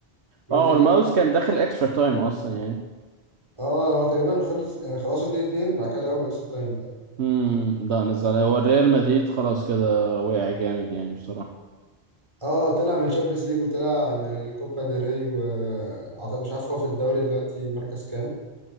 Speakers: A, on the right (about 25°); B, on the right (about 80°).
A: روديجر
B: اه الماوس كان داخل اكسترا تايم اصلا يعني
A: اه هو تقريبا خلص يعني خلصوا 2 2 بعد كده لعبوا اكسترا تايم بقى
B: امم لا انا زعلان هو الريال مدريد خلاص كده وقع جامد يعني بصراحة
A: اه طلع من تشامبيونز ليج وطلع من الكوبا ديل ري وعطى مش عارف هو في الدوري دلوقتي مركز كام